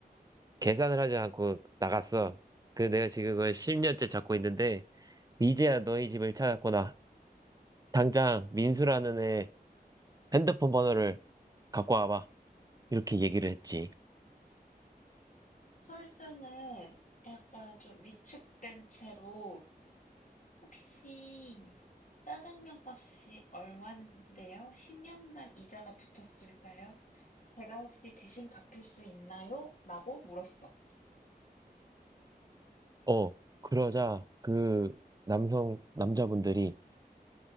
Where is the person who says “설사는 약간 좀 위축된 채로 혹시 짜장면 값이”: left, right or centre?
Left